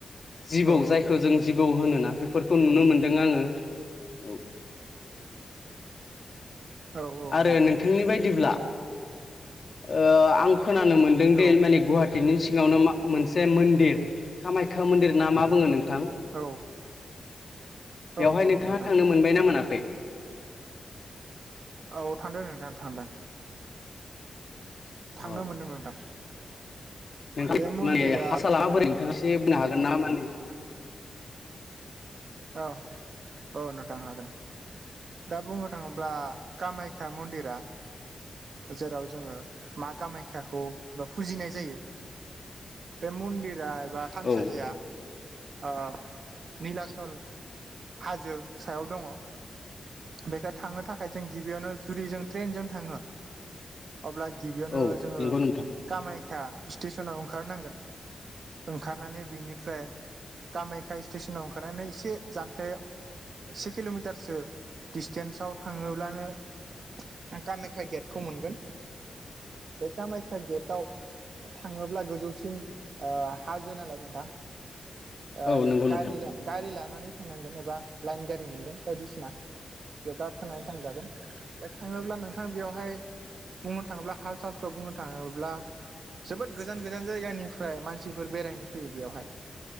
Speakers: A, on the left (about 50°); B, on the right (about 65°).
A: जिबौ
B: औ
A: जायखौ जों जिबौ होनोना बेफोरखौ नुनो मोनदों आङो औ
B: औ औ
A: आरो
B: नोंथां
A: नोंथांनि बायदिब्ला ओ आं खोनानो मोनदों
B: औ
A: दि माने गुवाहाट बिनि सिगावनो मा मोनसे मन्दिर कामाख्या मन्दिर ना मा बुङो नोंथां
B: औ। औ
A: बेवहाय नोंथाङा
B: नोंथां
A: थांनो मोनबायना मोनाखै?
B: औ थांदों नोंथां थांदों थांनो
A: औ
B: मोनदों नोंथां।
A: नोंथां
B: बे मन्दिरा
A: माने हासालाङा बोरै नोंथाङा एसे बुंनो हागोन ना माने
B: ओ औ नोंथां हागोन दा बुंनो थाङोब्ला कामाय खा मन्दिरा जेराव जोङो मा कामाय्याखौ एबा फुजिनाय जायो बे मन्दिरा एबा थानसालिया
A: औ
B: ओ निलास सल हाजो सायाव दङ। बेखौ थांनो थाखाय जों गिबियावनो जुदि जों ट्रेनजों थाङो अब्ला गिबियावनो
A: औ
B: जोङो
A: नंगौ नोंथां
B: कामाख्या स्टेसनाव ओंखारनांगोन ओंखारनानै बिनिफ्राय कामाख्या स्टेसनाव ओंखारनानै एसे जानथायाव एसे किल'मिटारसो डिसटेन्साव थाङोब्लानो ओ कामाख्या गेटखौ मोनगोन बे कामाख्या गेटआव थाङोब्ला गोजौसिम ओ हाजो नालाय नोंथां ओ
A: औ नंगौ नोंथां
B: गारिला गारि लानानै थांनांगोन एबा लाइन गारि मोनगोन बायदिसिना बेयाव गाखोनानै थांजागोन ओमफ्राय थाङोब्ला नोंथां बेयावहाय बुंनो थाङोब्ला हाल सालखौ बुंनो थाङोब्ला जोबोद गोजान गोजान जायगानिफ्राय मानसिफोर बेरायनो फैयो बेयावहाय